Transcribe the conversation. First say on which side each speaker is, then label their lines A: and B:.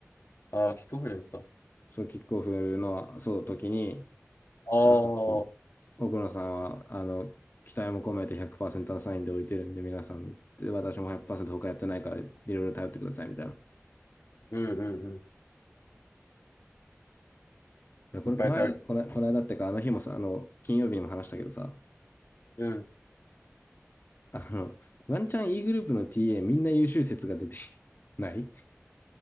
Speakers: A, on the left; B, on the left.
A: ああ、キックオフですか。ああ、
B: そう、キックオフの、そう、時に、
A: うん
B: あの、奥野さんは、あの、期待も込めて100%アサインで置いてるんで、皆さんに、で私も100%他やってないから、いろいろ頼ってください、みたいな。
A: うんうん。
B: いやこれ、
A: いっぱい頼り。
B: この間、この、この間ってか、あの日もさ、あの、金曜日にも話したけどさ、
A: うん。
B: あの、ワンチャン E グループの TA みんな優秀説が出て <laughs> ない